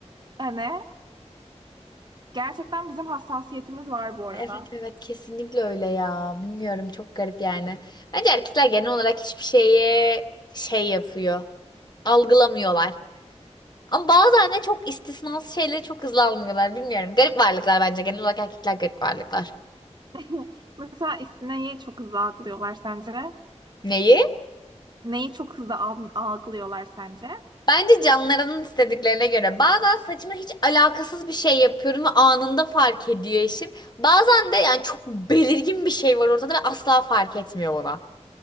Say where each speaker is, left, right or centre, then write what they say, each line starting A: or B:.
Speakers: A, on the right; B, on the left.
A: Hani gerçekten bizim hassasiyetimiz var bu arada.
B: Evet evet kesinlikle öyle ya. Bilmiyorum çok garip yani. Bence erkekler genel olarak hiçbir şeye şey yapıyor. Algılamıyorlar. Ama bazen de çok istisnası şeyleri çok hızlı algılıyorlar. Bilmiyorum. Garip varlıklar bence. Genel olarak erkekler garip varlıklar.
A: <laughs> Mesela istineyi çok hızlı algılıyorlar sence?
B: Neyi?
A: Neyi çok hızlı al- algılıyorlar sence?
B: Bence canlarının istediklerine göre. Bazen saçıma hiç alakasız bir şey yapıyorum ve anında fark ediyor eşim. Bazen de yani çok belirgin bir şey var ortada ve asla fark etmiyor ona.